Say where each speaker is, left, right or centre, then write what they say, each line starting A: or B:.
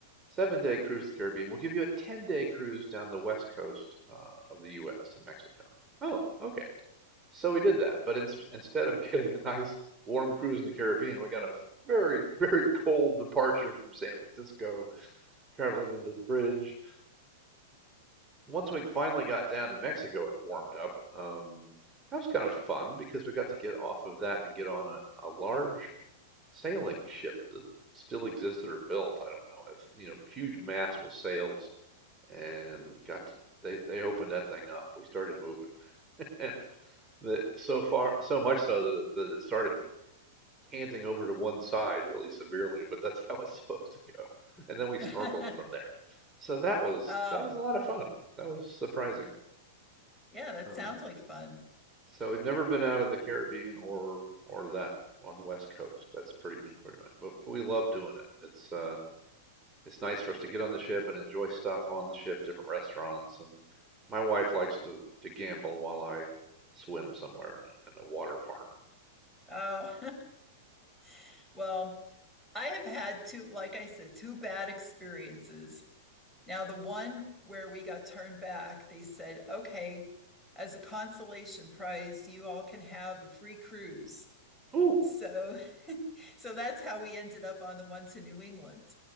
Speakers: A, on the right (about 20°); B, in the centre.
A: seven day cruise to the Caribbean, we'll give you a 10 day cruise down the west coast uh, of the US and Mexico. Oh, okay. So we did that, but in, instead of <laughs> getting a nice warm cruise in the Caribbean, we got a very, very cold departure from San Francisco, traveling under the bridge once we finally got down to Mexico, it warmed up. Um, that was kind of fun because we got to get off of that and get on a, a large sailing ship that still existed or built. I don't know. It's, you know, huge mast with sails and got to, they, they opened that thing up. We started moving. <laughs> The, so far, so much so that, that it started canting over to one side really severely, but that's <laughs> how it's supposed to go. And then we
B: <laughs>
A: snorkeled from there. So that was
B: Oh,
A: that was a lot of fun. That was surprising.
B: yeah, that
A: Uh,
B: sounds like fun.
A: so we've never been out of the Caribbean or or that on the West Coast. That's pretty pretty much, but, but we love doing it. It's uh it's nice for us to get on the ship and enjoy stuff on the ship, different restaurants. And my wife likes to to gamble while I swim somewhere in a, in a water park.
B: Oh, <laughs> well, I have had two, like I said, two bad experiences. Now, the one where we got turned back, they said, okay, as a consolation prize, you all can have a free cruise.
A: Ooh,
B: So, <laughs> so that's how we ended up on the one to New England.